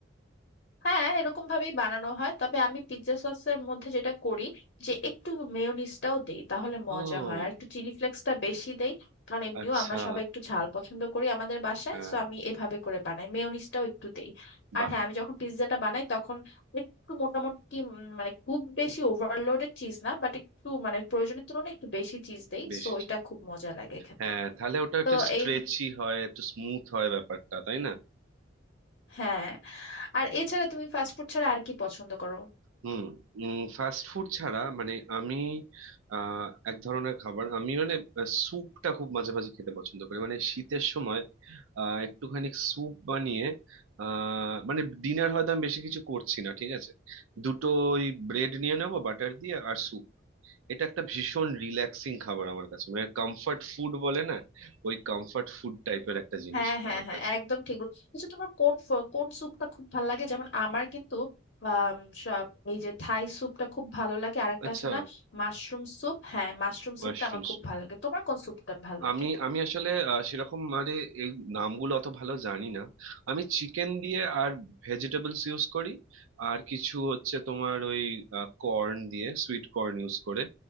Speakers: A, on the left; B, on the right.
A: হ্যাঁ এরকম ভাবেই বানানো হয় তবে আমি পিৎজা সসের মধ্যে যেটা করি যে একটু মেয়োনিজটাও দেই তাহলে
B: ও
A: মজা হয় আর একটু চিলি ফ্লেক্সটা বেশি দেই কারণ এমনিও
B: আচ্ছা
A: আমরা সবাই একটু ঝাল পছন্দ করি আমাদের বাসায়
B: হ্যাঁ
A: সো আমি এভাবে করে বানাই মেয়োনিজটাও একটু দেই আর
B: বাহ
A: হ্যাঁ আমি যখন পিৎজাটা বানাই তখন একটু মোটামুটি উম, মানে খুব বেশি ওভারলোডেড চিজ না বাট একটু মানে প্রয়োজনের তুলনায় একটু বেশি চিজ দেই
B: বেশ
A: সো এটা খুব মজা লাগে খেতে
B: হ্যাঁ তাহলে ওটা একটু
A: তো
B: স্ট্রেচি
A: এই
B: হয় একটু স্মুথ হয় ব্যাপারটা তাই না
A: হ্যাঁ আর এছাড়া তুমি ফাস্টফুড ছাড়া আর কি পছন্দ করো
B: হুম ফাস্ট ফুড ছাড়া মানে আমি আহ, এক ধরনের খাবার আমি মানে স্যুপটা খুব মাঝে মাঝে খেতে পছন্দ করি মানে শীতের সময় আহ, একটুখানি স্যুপ বানিয়ে আহ, মানে ডিনার হয়তো আমি বেশি কিছু করছি না ঠিক আছে দুটো ওই ব্রেড নিয়ে নেবো বাটার দিয়ে আর স্যুপ এটা একটা ভীষণ রিল্যাক্সিং খাবার আমার কাছে মানে কমফর্ট ফুড বলে না ওই কমফর্ট ফুড টাইপের একটা জিনিস
A: হ্যাঁ
B: এটা
A: হ্যাঁ
B: আমার
A: হ্যাঁ
B: কাছে
A: একদম ঠিক বল- আচ্ছা তোমার কোন ফ- কোন স্যুপটা খুব ভালো লাগে যেমন আমার কিন্তু আম, সব এই যে থাই স্যুপটা খুব ভালো লাগে আর একটা
B: আচ্ছা
A: আছে না মাশরুম স্যুপ হ্যাঁ মাশরুম
B: Mushroom
A: স্যুপটা আমার খুব
B: soup.
A: ভালো লাগে তোমার কোন স্যুপটা ভালো লাগে
B: আমি আমি আসলে আহ, সেরকম মানে এই নামগুলো অত ভালো জানি না আমি চিকেন দিয়ে আর ভেজিটেবলস ইউজ করি আর কিছু হচ্ছে তোমার ওই কর্ন দিয়ে সুইট কর্ন ইউজ করে